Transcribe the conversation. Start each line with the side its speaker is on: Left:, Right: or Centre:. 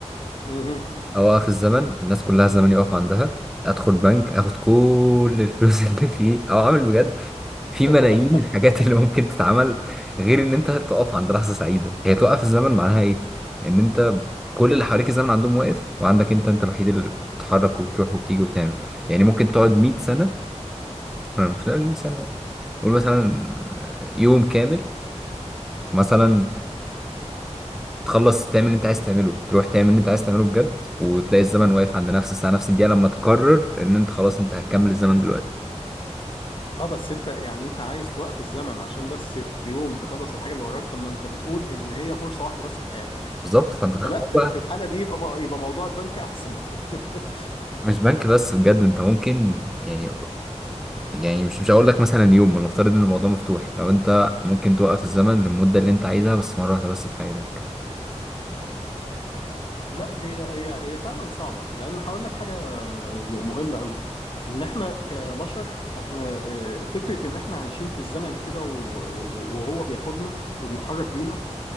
Left: مهم.
Centre: اوقف الزمن الناس كلها الزمن يقف عندها ادخل بنك اخد كل الفلوس <laughs> اللي فيه او اعمل بجد في
Left: <laughs>
Centre: ملايين الحاجات اللي ممكن تتعمل غير ان انت تقف عند لحظة سعيدة هي توقف الزمن معناها ايه ان انت كل اللي حواليك الزمن عندهم واقف وعندك انت انت الوحيد اللي بتتحرك وبتروح وبتيجي وتعمل يعني ممكن تقعد 100 سنة أنا مش لازم 100 سنة يعني قول مثلا يوم كامل مثلا تخلص تعمل اللي انت عايز تعمله تروح تعمل اللي انت عايز تعمله بجد وتلاقي الزمن واقف عند نفس الساعة نفس الدقيقة لما تقرر ان انت خلاص انت هتكمل الزمن دلوقتي
Left: اه بس انت يعني انت عايز توقف الزمن عشان بس في يوم تخلص الحاجة اللي وراك طب ما انت بتقول ان هي فرصة واحدة بس في حياتك
Centre: بالظبط فانت تختار
Left: فلا
Centre: بقى
Left: في الحالة دي يبقى يبقى موضوع البنك احسن <laughs>
Centre: مش بنك بس بجد انت ممكن يعني يعني مش مش هقول لك مثلا يوم ولا افترض ان الموضوع مفتوح لو انت ممكن توقف الزمن للمدة اللي انت عايزها بس مرة واحدة بس في حياتك
Left: لا هي هي هي فعلا صعبة لأن هقول لك حاجة مهمة قوي إن إحنا كبشر إحنا آه، فكرة إن إحنا عايشين في الزمن كده و- و- وهو بياخدنا وبيتحرك بينا